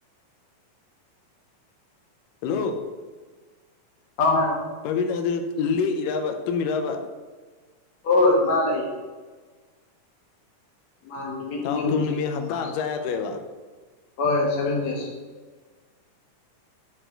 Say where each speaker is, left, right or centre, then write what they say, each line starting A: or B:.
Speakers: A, on the left; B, on the left.
A: ꯍꯜꯂꯣ
B: ꯍꯥꯎ ꯍꯥꯏꯔꯛꯑꯦ
A: ꯄ꯭ꯔꯥꯕꯤꯟ ꯑꯗꯨꯗ ꯂꯦꯛꯏꯔꯕ ꯇꯨꯝꯃꯤꯔꯕ
B: ꯍ ꯃꯥ ꯂꯩꯏꯌꯦꯦ ꯃꯥ
A: ꯊꯥꯎ
B: ꯅꯤꯅꯤ ꯍꯨꯝꯅꯤ
A: ꯊꯨꯝ ꯅꯨꯃꯤꯠ
B: ꯂꯩꯒꯗꯧ
A: ꯍꯞꯇꯥ
B: ꯃꯥꯜꯂꯦ
A: ꯑꯃ ꯆꯥ ꯌꯥꯗ꯭ꯔꯣꯏꯦꯕ
B: ꯍꯣꯏ ꯁꯦꯚꯦꯟ ꯗꯦꯁ